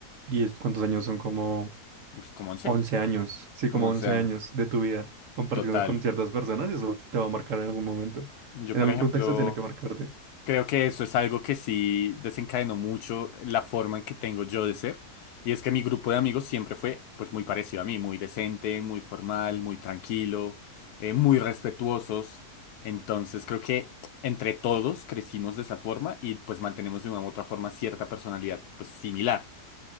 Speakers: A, on the right; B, on the left.
A: 10, ¿cuántos años son? Como
B: Uy, como 11
A: 11 años, sí,
B: como
A: como
B: once
A: 11
B: años.
A: años de tu vida compartiendo
B: Total.
A: con ciertas personas y eso te va a marcar en algún momento.
B: Yo,
A: En
B: por
A: algún
B: ejemplo...
A: contexto tiene que marcarte.
B: Creo que eso es algo que sí desencadenó mucho la forma en que tengo yo de ser. Y es que mi grupo de amigos siempre fue pues muy parecido a mí, muy decente, muy formal, muy tranquilo, eh, muy respetuosos. Entonces creo que entre todos crecimos de esa forma y pues mantenemos de una u otra forma cierta personalidad pues similar.